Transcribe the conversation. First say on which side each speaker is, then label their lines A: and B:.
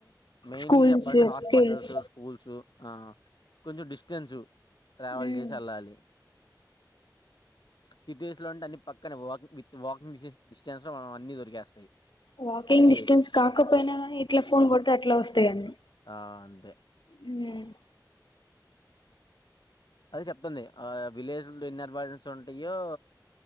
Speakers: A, on the left; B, on the left.
A: మెయిన్లీ
B: స్కూల్స్
A: చెప్పాలంటే హాస్పిటల్స్
B: స్కిల్స్
A: స్కూల్స్ ఆ కొంచెం డిస్టెన్సు ట్రావెల్
B: ఉమ్
A: చేసి ఏళ్ళాలి సిటీస్ లో ఉంటే అన్ని పక్కనే వాక్ విత్ వాక్ డిస్టెన్స్ లో మనకన్ని దొరికేస్తాయి
B: వాకింగ్
A: సిటీ
B: డిస్టెన్స్
A: అయితే
B: కాకపోయినా గని ఇట్లా ఫోన్ కొడితే అట్లా వస్తాయన్నీ
A: ఆ అంతే
B: హ్మ్
A: అదే చెప్తుంది ఆ విలేజ్ ఎన్ని అడ్వాంటేజెస్ ఉంటాయో